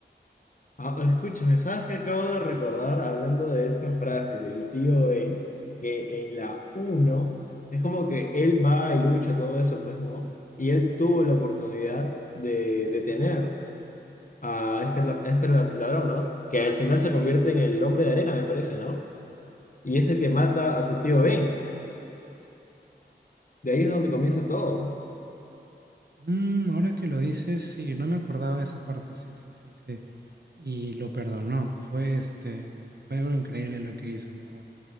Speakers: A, on the left; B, on the right.
A: Ah, escúchame, ¿sabes qué acabo de recordar hablando de esa frase del tío Ben? Que en la uno es como que él va y lucha todo eso, pues, ¿no? Y él tuvo la oportunidad de detener a ese, la- a ese la- ladrón, ¿no? Que al final se convierte en el hombre de arena, me parece, ¿no? Y es el que mata a su tío Ben. De ahí es donde comienza todo.
B: Mm, ahora que lo dices, sí, no me acordaba de esa parte, sí, sí, sí, sí. Y lo perdonó. Fue este, fue algo increíble lo que hizo, en verdad.